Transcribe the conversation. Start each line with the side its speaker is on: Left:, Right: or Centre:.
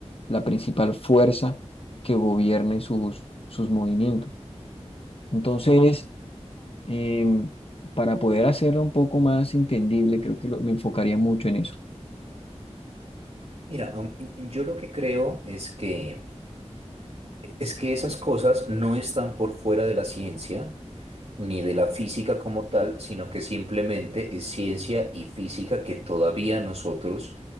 Left: la principal fuerza que gobierne sus, sus movimientos. Entonces, eh, para poder hacerlo un poco más entendible, creo que lo- me enfocaría mucho en eso.
Right: Mira, aun- en- yo lo que creo es que, es que esas cosas no están por fuera de la ciencia, ni de la física como tal, sino que simplemente es ciencia y física que todavía nosotros